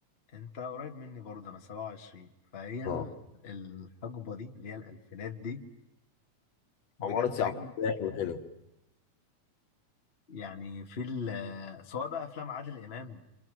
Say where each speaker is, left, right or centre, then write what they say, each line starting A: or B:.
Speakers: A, on the left; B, on the left.
A: انت قريب مني برضه انا 27 فهي ال-
B: اه
A: الحقبه دي اللي هي الالفينات دي بجد
B: عمارة يعقوبيان
A: اجمل افلام
B: وكده
A: يعني في ال- آه، سواء بقى افلام عادل امام